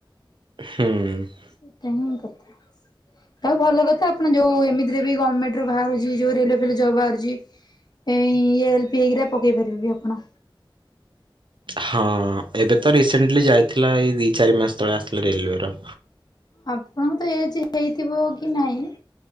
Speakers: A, on the right (about 65°); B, on the left (about 50°).
A: ହୁଁ।
B: ଏଇଟା ହିଁ କଥା। ଆଉ ଭଲ କଥା। ଆପଣ ଯୋଉ ଏମିତିରେ ବି ଗଭର୍ଣ୍ଣମେଣ୍ଟରେ ବାହାରୁଚି, ଯୋଉ ରେଲୱେ ଫେଲୱେ ଜବ୍ ବାହାରୁଚି ଏ ଇ ଏ <unintelligible> ପକେଇ ପାରିବେ ବି ଆପଣ?
A: ହଁ, ଏବେ ତ ରିସେଣ୍ଟଲି ଯାଇଥିଲା, ଏଇ ଦିଇ ଚାରି ମାସ ତଳେ ଆସିଥିଲା ରେଲୱେର।
B: ଆପଣଙ୍କୁ ତ ଏଜ୍ ହେଇଥିବ କି ନାହିଁ